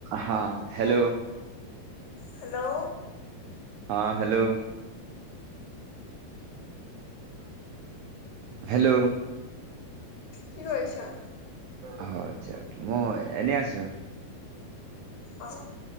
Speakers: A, on the right (about 85°); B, on the left (about 60°).
A: হা hello.
B: Hello.
A: অ', hello. Hello.
B: কি কৰিছা?
A: অ', আতছা মই এনেই আছো।
B: অ'।